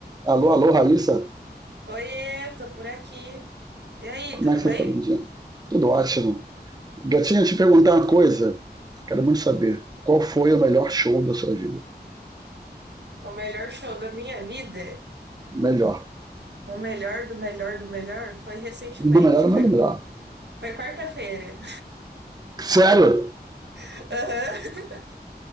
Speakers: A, on the right; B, on the right.
A: Alô, alô, Raíssa.
B: Oiê, tô por aqui. E aí,
A: Como
B: tudo
A: é que você
B: bem?
A: tá, Lindinha? Tudo ótimo. Gatinha, te perguntar uma coisa. Quero muito saber. Qual foi o melhor show da sua vida?
B: O melhor show da minha vida,
A: Melhor.
B: o melhor do melhor do melhor, foi recentemente,
A: Um Do melhor ou
B: foi,
A: não é do
B: cu-
A: melhor?
B: foi quarta-feira.
A: Sério?
B: <laughs> Aham.